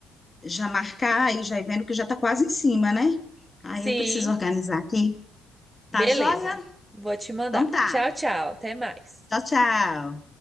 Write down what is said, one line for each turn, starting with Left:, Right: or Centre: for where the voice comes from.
Left: já marcar e já ir vendo que já tá quase em cima, né? Aí
Right: Sim,
Left: eu preciso organizar aqui.
Right: beleza.
Left: Tá joia?
Right: Vou te mandar.
Left: Então tá.
Right: Tchau, tchau. Até mais.
Left: Tchau, tchau.